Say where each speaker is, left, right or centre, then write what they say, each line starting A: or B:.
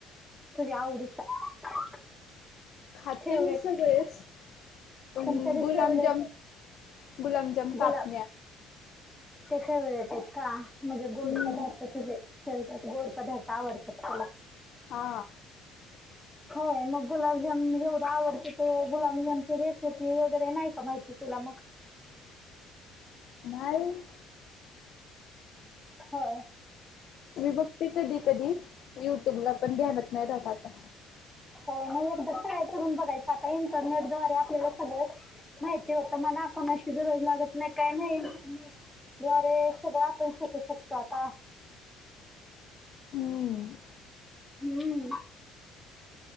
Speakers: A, in the centre; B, on the left.
A: तुझ्या आवडीचा
B: खाते
A: फेवरेट
B: मी सगळेच. पण
A: कोणतरी
B: गुलामजामन
A: फेवरेट
B: गुलामजम, कापण्या-
A: गुलाब ते का वजटेत का म्हणजे गोड
B: हम्म
A: पदार्थ तुझे. हो गोड पदार्थ आवडत.
B: हा
A: होय. मग गुलाबजामून. एवढं आवडत त गुलामजामची रेसिपी वगैरे, नाही का माहिती तुला मग
B: नाहीय
A: होय,
B: मी बघते कधी कधी युट्यूबला पण ध्यानात नाही राहत आता
A: हो मग एकदा ट्राय करून बघायचं आता, इंटरनेट दवारे आपल्याला सगळं माहिती होतं मना कोणाशी गरज लागत नाही काही नाही, दवारे सगळं आपण शिकू शकतो आता
B: हम्म
A: हम्म.